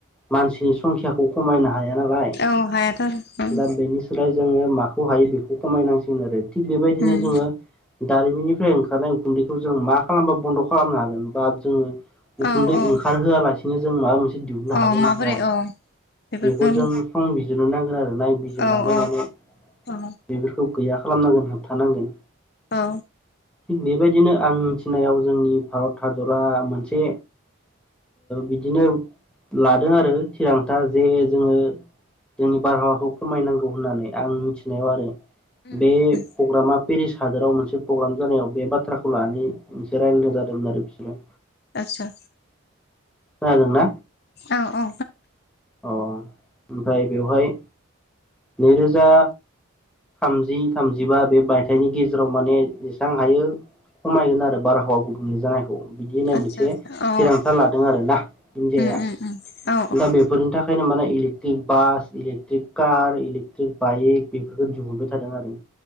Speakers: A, in the centre; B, on the left.
A: मानसिनि संखियाखौ खमायनो हायो गनाय नालाय
B: औ हायाथ' आरो ओं
A: दा बेनि सोलाय जोङो मा हायो बेखौ खमायनांसिगोन आरो थिग बेबायदिनो
B: उम
A: जोङो दारिमिननिफ्राय ओंखारनाय उखुन्दैखौ जों मा खालामबा बन्द' खालामनो हागोन बा जोङो उखुन्दै
B: औ औ
A: ओंखारहोआलासिनो जों माबा मोनसे दिहुननो हागोन
B: औ माबोरै
A: ना हाया
B: औ बेफोरखौ
A: बेखौ जों संबिजिरनो नांगोन आरो नायबिजिरनानै
B: औ औ
A: माने
B: औ
A: बेफोरखौ गैया खालामनांगोन हाबथानांगोन
B: औ
A: थि बेबायदिनो आं नियाबो जोंनि भारत हादरा मोनसे बिदिनो लादों आरो थिरांथा जे जोङो जोंनि बारहावाखौ खमायनांगौ होननानै आं मिथिनायाव आरो
B: उम
A: बे
B: उम
A: प्रग्रामा पेरिस हादोराव मोनसे प्रग्राम जानायाव बे बाथ्राखौ लानानै मोनसे रायल्लायनाय जादोंमोन आरो बिसोरो
B: आचसा
A: खोनादोंना
B: औ औ।
A: अ ओमफ्राय बेवहाय नैरोजा थामजि थामजिबा बे मायथाइनि गेजेराव माने जेसेबां हायो खमायगोन आरो बारहावा गुबुंनि जानाय बिदि होननाय
B: आदसा
A: मोनसे
B: आदसा अ
A: थिरांथा लादों आरोना इणन्डियाया
B: अ औ
A: दा बेफोरनि थाखाय बे माने इलेक electric bus electric car electric bike बेफोरखौ दिहुनबाय थादों आरो